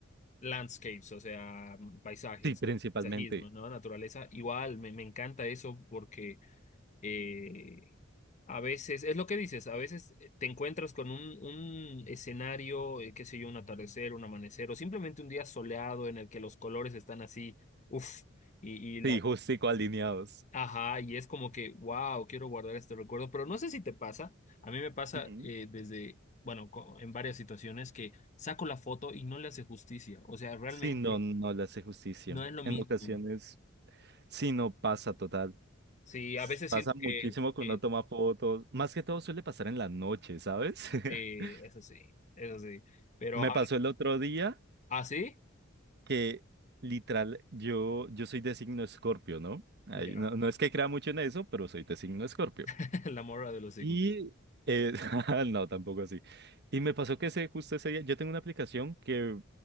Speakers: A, on the left (about 35°); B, on the right (about 55°).
A: landscapes, o sea, mm, paisajes,
B: Sí, principalmente.
A: paisajismo, ¿no? Naturaleza. Igual, me, me encanta eso porque eh, a veces, es lo que dices, a veces eh, te encuentras con un, un escenario, eh, qué sé yo, un atardecer, un amanecer, o simplemente un día soleado en el que los colores están así, uff, y, y la...
B: Sí, <laughs> justico alineados.
A: Ajá, y es como que, wow, quiero guardar este recuerdo, pero no sé si te pasa, a mí me pasa
B: Ujú.
A: eh, desde, bueno, co- en varias situaciones que saco la foto y no le hace justicia, o sea, realmente
B: Sí, no, no le hace justicia.
A: no es lo mismo.
B: En ocasiones, sí, no pasa total.
A: Sí,
B: S-
A: a veces
B: Pasa
A: siento
B: muchísimo
A: que,
B: que
A: que-
B: uno toma fotos. Más que todo suele pasar en la noche, ¿sabes? <laughs>
A: eh, eso sí, eso sí. Pero
B: Me
A: a-
B: pasó el otro día.
A: ¿ah, sí
B: que literal, yo, yo soy de signo Escorpio, ¿no? Ay,
A: ya,
B: no, no es que crea mucho en eso, pero soy de signo Escorpio.
A: <laughs> La morra de los Sigmund.
B: Y eh, <laughs> no, tampoco así. Y me pasó que ese, justo ese día, yo tengo una aplicación que